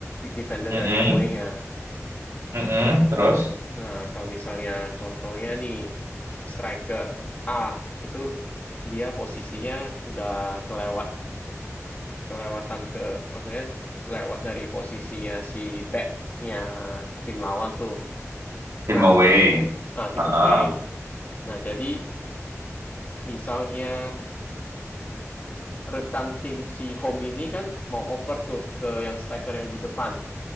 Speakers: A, on the left; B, on the right.
A: defender
B: Mm-mm.
A: dari away-nya
B: Mm-mm. Terus
A: Nah, kalau misalnya contohnya nih, striker A itu dia posisinya udah kelewat kelewatan ke, maksudnya lewat dari posisinya si backnya tim lawan tuh.
B: tim
A: Nah,
B: away.
A: nah tim
B: Ah,
A: away. Nah, jadi misalnya rekan tim si home ini kan mau oper tuh ke yang striker yang di depan.